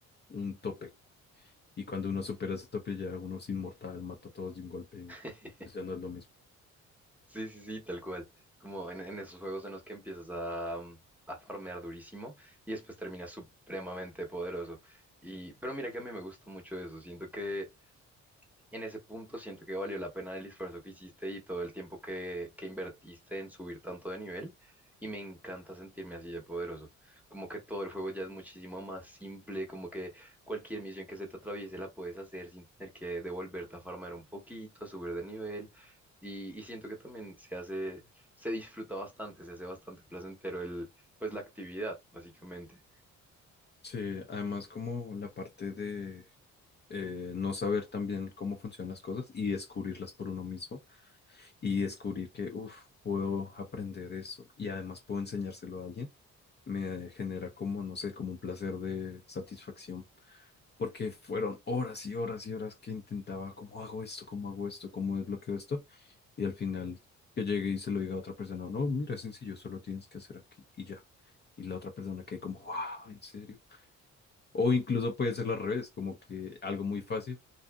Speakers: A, on the left; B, in the centre.
A: un tope y cuando uno supera ese tope ya uno es inmortal, mata a todos de un golpe y,
B: <laughs>
A: y, pues ya no es lo mismo.
B: Sí, sí, sí, tal cual. Como en, en esos juegos en los que empiezas a, mm, a farmear durísimo y después terminas supremamente poderoso. Y, pero mira que a mí me gusta mucho eso. Siento que en ese punto siento que valió la pena el esfuerzo que hiciste y todo el tiempo que, que invertiste en subir tanto de nivel. Y me encanta sentirme así de poderoso. Como que todo el juego ya es muchísimo más simple, como que cualquier misión que se te atraviese la puedes hacer sin tener que devolverte a farmar un poquito, a subir de nivel. Y, y siento que también se hace, se disfruta bastante, se hace bastante placentero el, pues la actividad, básicamente.
A: Sí, además como la parte de eh, no saber también cómo funcionan las cosas y descubrirlas por uno mismo y descubrir que, uff, puedo aprender eso y además puedo enseñárselo a alguien, me genera como, no sé, como un placer de satisfacción porque fueron horas y horas y horas que intentaba, ¿cómo hago esto? ¿Cómo hago esto? ¿Cómo desbloqueo esto? Y al final que llegue y se lo diga a otra persona, no, mira, es sencillo, solo tienes que hacer aquí y ya. Y la otra persona quede como, wow, ¿en serio? O incluso puede ser al revés, como que algo muy fácil